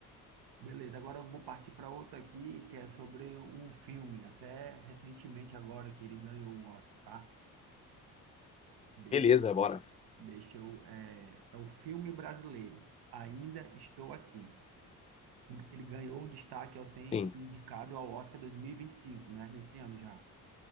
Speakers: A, on the right; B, on the left.
A: beleza, agora eu vou partir para outra aqui, que é sobre um filme, até recentemente agora que ele ganhou o Oscar, tá? Deixa,
B: Beleza, bora.
A: deixa eu. É, é o filme brasileiro, Ainda Estou Aqui. Ele ganhou o destaque ao ser
B: Sim,
A: indicado ao Oscar dois mil e e vinte e cinco, né? Nesse ano já.